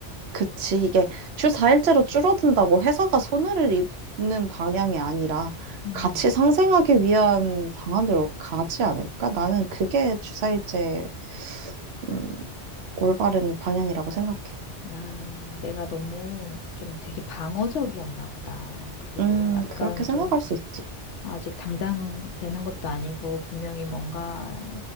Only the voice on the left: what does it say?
음,
아, 내가 너무 좀 되게 방어적이었나 보다. 그리고
약간
좀
아직 당장 되는 것도 아니고 분명히 뭔가